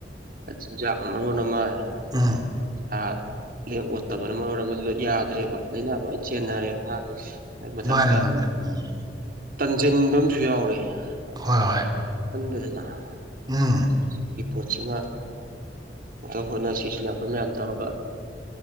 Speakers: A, on the right (about 50°); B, on the right (about 20°).
A: ꯆꯤꯟꯖꯥꯛ ꯃꯔꯣꯟ ꯑꯃ
B: ꯑꯝ
A: ꯑꯥ ꯂꯦꯡ ꯑꯣꯠꯇꯕꯅ ꯃꯔꯣꯟ ꯑꯃꯥ ꯌꯥꯗ꯭ꯔꯦꯕ ꯂꯥꯏꯅꯥ ꯂꯣꯏ ꯆꯦꯟꯅꯔꯦ ꯑꯉꯥꯡꯁꯤ ꯑꯗꯨꯏ ꯃꯊꯛꯇ
B: ꯃꯥꯅꯦ ꯃꯥꯅꯦ ꯎꯝ
A: ꯇꯟꯖꯟꯕ ꯑꯃꯁꯨ ꯌꯥꯎꯔꯤ ꯑꯉꯥꯡꯁꯤꯡꯗ
B: ꯍꯣꯏ ꯍꯣꯏ
A: <unintelligible>
B: ꯎꯝ
A: ꯁꯤꯒꯤ ꯄꯣꯠꯁꯤꯅ ꯑꯝꯇꯪ ꯍꯣꯠꯅꯁꯤꯁꯤꯅ ꯑꯩꯈꯣꯏ ꯃꯌꯥꯝ ꯇꯧꯔꯒ